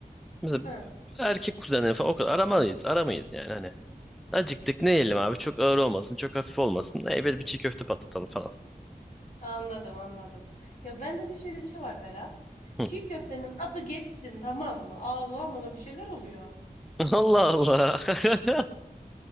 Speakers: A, in the centre; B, on the left (about 55°).
A: Mesela
B: Ha
A: erkek kuzenleri falan o kadar aramayız, aramayız yani hani. Acıktık ne yiyelim abi? Çok ağır olmasın, çok hafif olmasın. E, böyle bir çiğ köfte patlatalım falan.
B: Anladım anladım. Ya bende de şöyle bir şey var Berat.
A: Hı.
B: Çiğ köftenin adı geçsin tamam mı? Allah bana bir şeyler oluyor.
A: <laughs> Allah Allah.